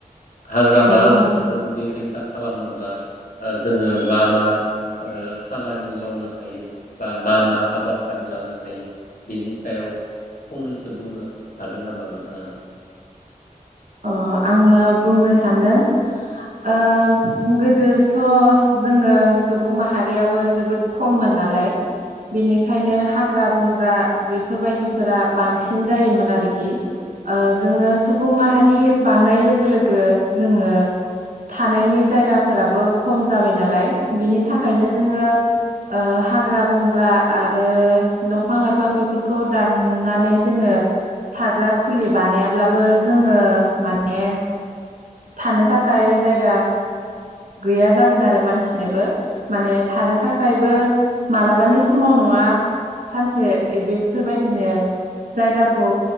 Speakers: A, on the left; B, on the right.
A: हाग्रामा
B: बुं
A: ओनसोलखौ जुदि खा खालामनोब्ला ओ जोङो मा मा ओ खामानि मावनो हायो बा मा मा हाबाफारि लानो हायो बेनि सायाव फंनैसो बुंनो हागोन नामा नोंथाङा।
B: अ आङो बुंनो सानदों ओ गोदोथ जोङो सुबुं माहारियाबो जोबोद खममोन नालाय बेनिखायनो हाग्रा बंग्रा बेफोरबायदिफोरा बांसिन जायोमोन आरोखि ओ जोङो सुबुं माहारि। रि बांनाय लोगो लोगो जोङो थानायनि जायगाफोराबो खम जाबाय नालाय बिनि थाखायनो जोङो ओ हाग्रा बंग्रा आरो दंफां लाइफां बेफोरखौ दाननानै जोङो थाग्रा खुलि बानायाब्लाबो जोङो माने थानो थाखाय जायगा गैया जागोन आरो मानसिनोबो माने थानो थाखायबो मालाबानि समाव नङा सानसे बेफोरबायदिनो जायगाखौ